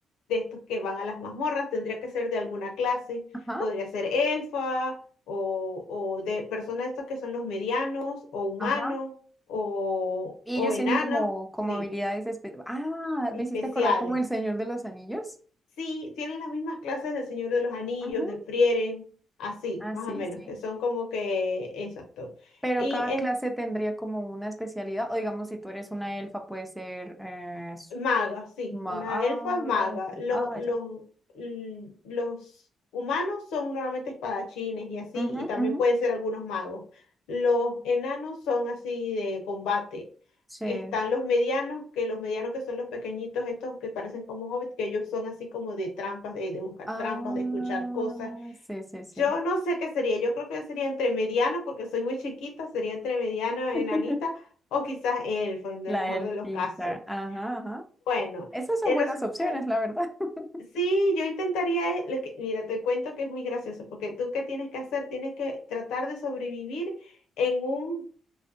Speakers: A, on the left; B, in the centre.
A: de estos que van a las mazmorras, tendría que ser de alguna clase,
B: Ajá,
A: podría ser elfa o, o de personas de estos que son los medianos o humanos
B: ajá.
A: o,
B: Y
A: o
B: ellos
A: enanos.
B: tienen como, como
A: Sí,
B: habilidades espe- Ah,
A: especiales.
B: me hiciste acordar como el Señor de los Anillos.
A: Sí, tienen las mismas clases del Señor de los Anillos,
B: Ajá.
A: de Frieren, así,
B: Ah,
A: más
B: sí,
A: o menos,
B: sí.
A: que son como que, exacto.
B: Pero
A: Y
B: cada
A: en
B: clase tendría como una especialidad, o digamos, si tú eres una elfa, puede ser... eh, s-
A: maga, sí,
B: ma-
A: una
B: ah,
A: elfa es maga.
B: ok,
A: Los,
B: ah,
A: los,
B: ya.
A: l- los humanos son normalmente espadachines y así,
B: Ujú,
A: y también
B: ujú,
A: pueden ser algunos magos. Los enanos son así de combate.
B: Sí.
A: Están los medianos, que los medianos que son los pequeñitos, estos que parecen como hobbits, que ellos son así como de trampas, de, de buscar
B: Ah,
A: trampas, de escuchar cosas
B: sí, sí, sí.
A: Yo no sé qué sería, yo creo que sería entre mediano, porque soy muy chiquita, sería entre mediano, enanita,
B: <laughs>
A: o quizás elfo, en
B: La
A: el mejor
B: elfita.
A: de los casos.
B: Ajá, ajá.
A: Bueno,
B: Esas son
A: eh,
B: buenas
A: resulta-
B: opciones, la verdad. <laughs>
A: sí, yo intentaría, eh, lo que- mira, te cuento que es muy gracioso, porque tú qué tienes que hacer, tienes que tratar de sobrevivir en un,